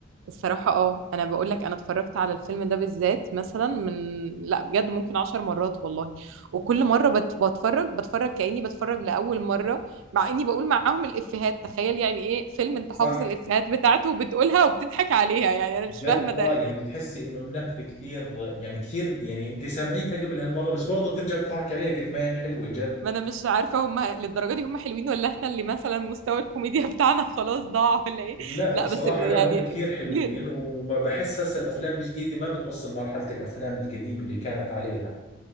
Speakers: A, on the right; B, on the left.
A: الصراحة اه انا بقول لك انا اتفرجت على الفيلم ده بالذات مثلا من لا بجد ممكن عشر مرات والله وكل مرة بت... بتفرج بتفرج كأني بتفرج لأول مرة مع اني بقول معاهم الإفيهات تخيل يعني ايه فيلم انت
B: صح
A: حافظ الإفيهات بتاعته وبتقولها وبتضحك عليها يعني انا مش
B: جد
A: فاهمة
B: اه
A: ده
B: يعني بتحسي انه النهفة كثير يعني كثير يعني انت سامعيتها قبل هالمرة بس برضه بترجع تضحك عليها قد ما هي حلوة جد
A: ما انا مش عارفة هم للدرجة دي هم حلوين ولا احنا اللي مثلا مستوى الكوميديا <laughs> بتاعنا خلاص ضاع ولا ايه
B: لا
A: لا
B: بصراحة
A: بس يعني
B: لا هم كثير حلوين
A: كتير
B: وما بحس هسه الافلام الجديدة ما بتوصل مرحلة الافلام القديمة اللي كانت عليها